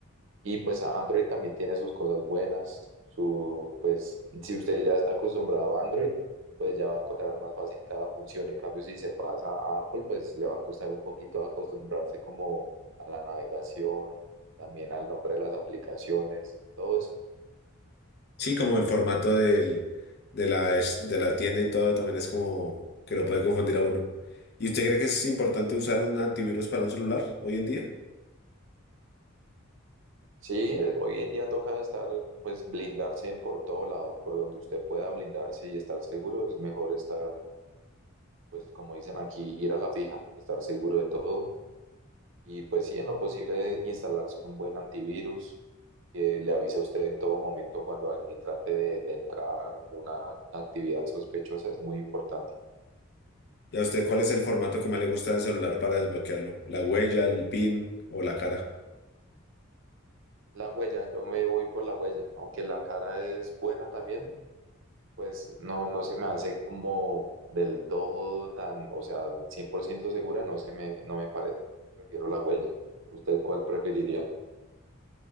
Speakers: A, on the right (about 65°); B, on the left (about 50°).
A: Y pues Android también tiene sus cosas buenas. Su, pues, si usted ya está acostumbrado a Android, pues ya va a encontrar más fácil cada función. En cambio, si se pasa a Apple, pues le va a costar un poquito acostumbrarse como a la navegación, también al nombre de las aplicaciones, todo eso.
B: Sí, como el formato del, de la, es- de la tienda y todo también es como que lo puede confundir a uno. ¿Y usted cree que es importante usar un antivirus para un celular hoy en día?
A: Sí, eh, hoy en día toca estar, pues blindarse por todo lado, por donde usted pueda blindarse y estar seguro, es mejor estar, pues como dicen aquí, ir a la fija, estar seguro de todo Y pues sí, en lo posible instalarse un buen antivirus que le avise a usted en todo momento cuando alguien trate de, de entrar una actividad sospechosa es muy importante.
B: ¿Y a usted cuál es el formato que más le gusta del celular para desbloquearlo? ¿La huella, el PIN o la cara?
A: La huella, yo me voy por la huella, aunque la cara es buena también, pues no, no se me hace como del todo tan, o sea, 100% segura, no se me, no me parece. Prefiero la huella. ¿Usted cuál preferiría?